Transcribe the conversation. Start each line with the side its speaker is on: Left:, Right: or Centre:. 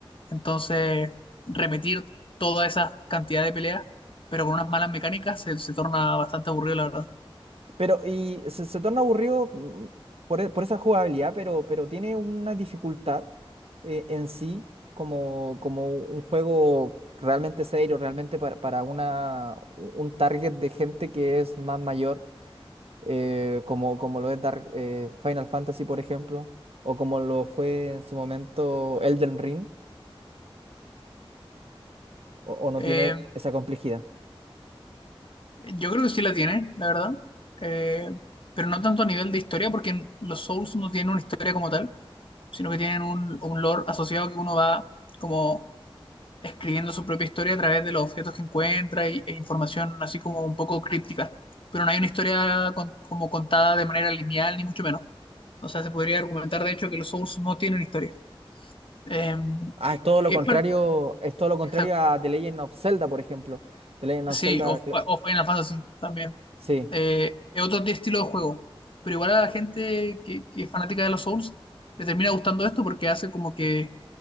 Left: Entonces, repetir toda esa cantidad de peleas, pero con unas malas mecánicas, se, se torna bastante aburrido, la verdad.
Right: Pero y se, se torna aburrido mm, por, e- por esa jugabilidad, pero, pero tiene una dificultad eh, en sí como, como un juego realmente serio, realmente para, para una, un target de gente que es más mayor, eh, como, como lo es Dark, eh, Final Fantasy, por ejemplo, o como lo fue en su momento Elden Ring, o, o no
Left: Eh,
Right: tiene esa complejidad.
Left: yo creo que sí la tiene, la verdad. Eh, pero no tanto a nivel de historia, porque los Souls no tienen una historia como tal, sino que tienen un, un lore asociado que uno va como escribiendo su propia historia a través de los objetos que encuentra y- e información así como un poco críptica. Pero no hay una historia con- como contada de manera lineal, ni mucho menos. O sea, se podría argumentar, de hecho, que los Souls no tienen historia. Em,
Right: Ah,
Left: Eh,
Right: es todo lo
Left: es
Right: contrario,
Left: parte...
Right: es todo lo contrario
Left: Exacto.
Right: a The Legend of Zelda, por ejemplo. The Legend
Left: Sí,
Right: of Zelda,
Left: o, fa-
Right: cl-
Left: o Final Fantasy también.
Right: sí.
Left: Eh, es otro t- estilo de juego. Pero igual a la gente que, que es fanática de los Souls le termina gustando esto porque hace como que